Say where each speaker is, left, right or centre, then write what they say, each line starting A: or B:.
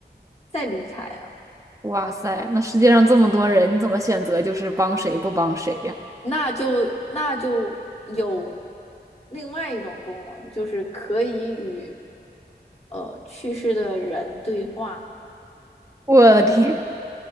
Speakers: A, on the left; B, on the right.
A: 再离开啊，
B: 哇塞，那世界上这么多人，你怎么选择就是帮谁不帮谁呀？
A: 那就那就有另外一种功能，就是可以与。呃去世的人对话
B: 我的天，